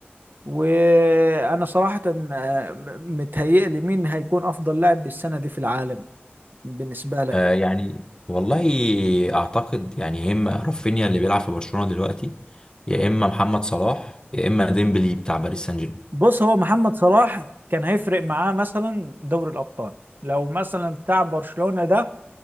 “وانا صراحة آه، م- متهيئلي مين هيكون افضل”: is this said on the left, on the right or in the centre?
Right